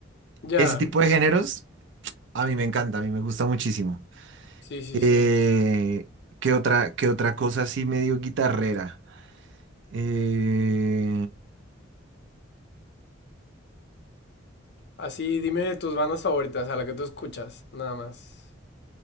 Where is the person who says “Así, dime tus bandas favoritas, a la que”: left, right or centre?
Left